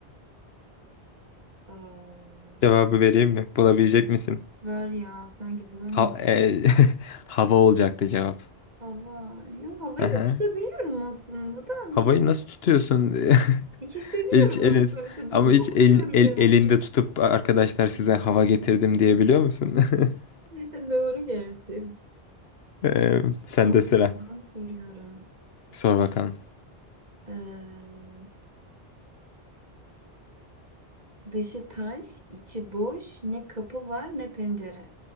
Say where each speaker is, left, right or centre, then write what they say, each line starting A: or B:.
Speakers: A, on the right; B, on the left.
A: Aa,
B: cevabı vereyim mi? Bulabilecek
A: Ee,
B: misin?
A: Var ya sanki bulamayacağım.
B: Ha- e, <laughs> hava olacaktı cevap.
A: Hava. Yo havayı
B: Aha.
A: da tutabiliyorum aslında da neyse.
B: Havayı nasıl tutuyorsun? <laughs>
A: Hissediyorum
B: El, hiç elin-
A: ama sonuçta do-
B: ama hiç
A: dokunuyorum
B: el, el,
A: yani.
B: elinde tutup arkadaşlar size hava getirdim diyebiliyor musun? <laughs>
A: <laughs> Doğru gerçi.
B: Eee, Sende
A: O
B: sıra.
A: zaman soruyorum.
B: Sor bakalım.
A: Ee, dışı taş, içi boş, ne kapı var ne pencere.